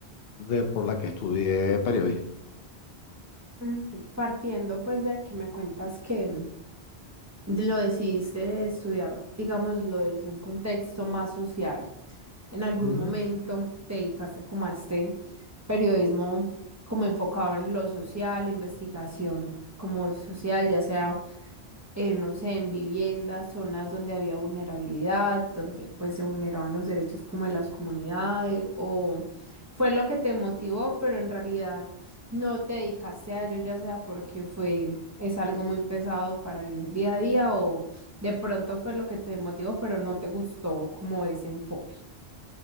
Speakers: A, on the left; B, on the right.
A: de por la que estudié periodismo.
B: Mm, Partiendo pues de que me cuentas que lo decidiste estudiar, digámoslo, desde un contexto más social. En algún
A: Ujú.
B: momento te dedicaste como a este periodismo como enfocado en lo social, la investigación como social, ya sea eh, no sé, en viviendas, zonas donde había vulnerabilidad, donde pues se vulneraban los derechos como de las comunidades, o fue lo que te motivó, pero en realidad no te dedicaste a ello, ya sea porque fue, es algo muy pesado para vivir día a día, o de pronto fue lo que te motivó, pero no te gustó como ese enfoque.